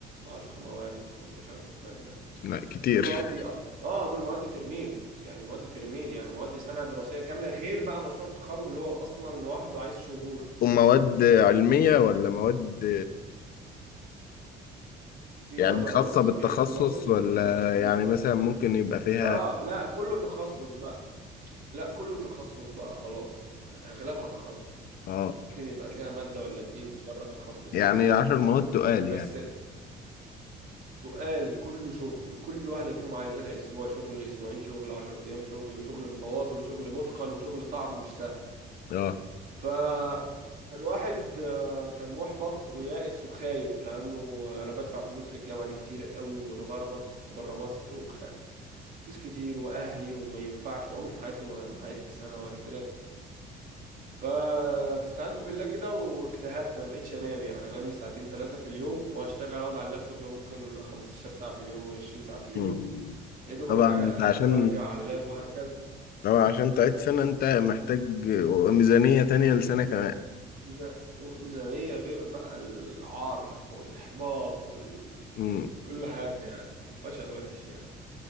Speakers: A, on the right; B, on the left.
A: 10 مواد 15 مادة
B: لا كتير
A: دول مواد اه دول مواد ترمين يعني مواد ترمين يعني مواد سنة دراسية كاملة غير بقى مشروع التخرج اللي هو اصلا لوحده عايز شهور
B: ومواد علمية ولا مواد
A: فيها
B: يعني
A: بقى
B: خاصة
A: بص
B: بالتخصص
A: فيها النظري
B: ولا
A: وفيها المشاريع
B: يعني مثلا ممكن يبقى فيها
A: اه لا كله تخصص بقى لا كله تخصص بقى خلاص يعني اغلبها تخصص
B: اه
A: ممكن يبقى فيها مادة ولا اتنين بره التخصص
B: يعني
A: فلسفة
B: عشر
A: وبتاع
B: مواد تقال
A: بس
B: يعني
A: تقال كله شغل كل واحدة فيهم عايزة لها أسبوع شغل أسبوعين شغل عشر أيام شغل وشغل متواصل وشغل متقن وشغل صعب مش سهل
B: اه
A: ف... فالواحد آه، كان محبط ويائس وخايف لأنه أنا بدفع فلوس للجامعة دي كتير قوي ومتغرب كنت برا مصر وخ... فلوس كتير وأهلي وما ينفعش وعمري في حياتي ما ما عدت سنة ولا كده ف... فاستعنت بالله كده واجتهدت ما بقتش انام يعني انام لي ساعتين ثلاثة في اليوم واشتغل اقعد على اللابتوب ممكن 15 ساعة في اليوم 20 ساعة في اليوم
B: مم.
A: يا دوبك
B: طبعا
A: اكل
B: انت عشان
A: وارجع على اللاب وهكذا
B: طبعا عشان تعيد سنة انت محتاج ميزانية تانية لسنة كمان
A: ميزا- وميزانية غير بقى العار والاحباط وال...
B: مم.
A: كل حاجة يعني الفشل وحش يعني